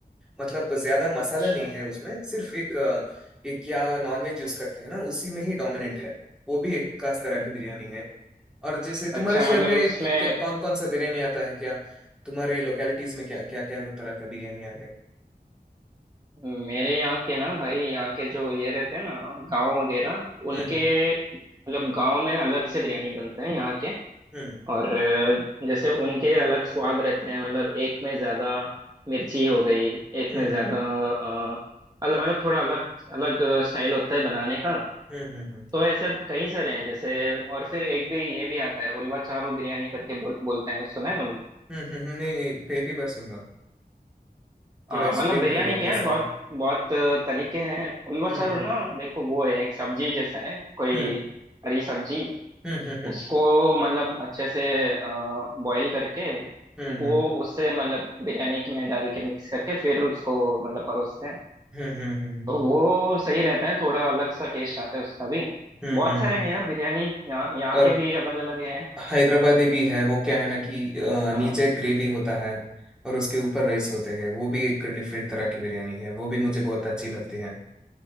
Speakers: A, in the centre; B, on the right (about 25°).
A: मतलब ज्यादा मसाला
B: अच्छा
A: नहीं है उसमें सिर्फ एक अ, एक या नॉनवेज यूज करते हैं ना उसी में ही डोमिनेंट है वो भी एक खास तरह की बिरयानी है और जैसे तुम्हारे
B: अच्छा
A: शहर
B: मतलब
A: में
B: उसमें
A: क्या, क्या कौन कौन सा बिरयानी आता है क्या तुम्हारे लोकेलिटीज में क्या क्या क्या तरह का बिरयानी आता है
B: मेरे यहाँ के ना भाई यहाँ के जो ये रहते हैं ना गांव वगैरह उनके
A: हम्म
B: मतलब गांव में अलग से बिरयानी बनते हैं यहाँ के
A: हम्म
B: और अ, जैसे उनके अलग स्वाद रहते हैं मतलब एक में ज्यादा मिर्ची हो गई एक
A: हम्म
B: में ज्यादा
A: हम्म
B: अ, अलग मतलब थोड़ा अलग अलग स्टाइल होता है बनाने का
A: हम्म हम्म हम्म
B: तो ऐसे कई सारे हैं जैसे और फिर एक भी ये भी आता है उलवा चारो बिरयानी करके बोल, बोलते हैं सुना है तुमने
A: हम्म हम्म, हम्म, नहीं नहीं पहली बार सुन रहा हूँ
B: आ,
A: थोड़ा एक्सप्लेन
B: मतलब बिरयानी
A: कर दो
B: के
A: कैसा
B: यार बहुत
A: है
B: बहुत तरीके हैं उल्वा
A: हम्म
B: चारू
A: हम्म
B: ना देखो वो है एक सब्जी जैसा है कोई
A: हम्म
B: हरी सब्जी
A: हम्म हम्म
B: उसको मतलब अच्छे से बॉईल करके
A: हम्म
B: वो उससे मतलब बिरयानी के में डाल के मिक्स करके फिर उसको मतलब परोसते हैं
A: हम्म हम्म हम्म हम्म,
B: तो वो सही रहता है थोड़ा अलग सा टेस्ट आता है उसका भी
A: हम्म,
B: बहुत
A: हम्म,
B: सारे
A: हम्म। हम्म।
B: हैं यार बिरयानी यहाँ यहाँ
A: और
B: के भी अलग अलग हैं
A: हैदराबादी भी है वो क्या है ना कि अ,
B: हाँ।
A: नीचे ग्रेवी होता है और उसके ऊपर राइस होते हैं वो भी एक डिफरेंट तरह की बिरयानी है वो भी मुझे बहुत अच्छी लगती है